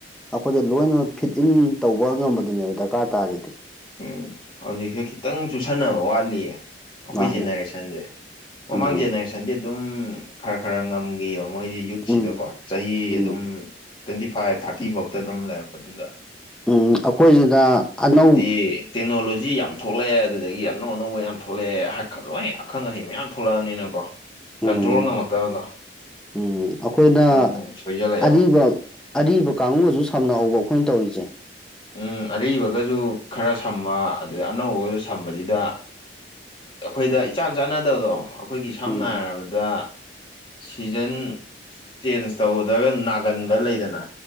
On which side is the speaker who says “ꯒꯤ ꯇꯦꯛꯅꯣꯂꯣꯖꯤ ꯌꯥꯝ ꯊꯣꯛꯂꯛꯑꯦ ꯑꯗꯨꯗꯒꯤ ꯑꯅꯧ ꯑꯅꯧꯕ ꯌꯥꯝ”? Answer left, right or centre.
Left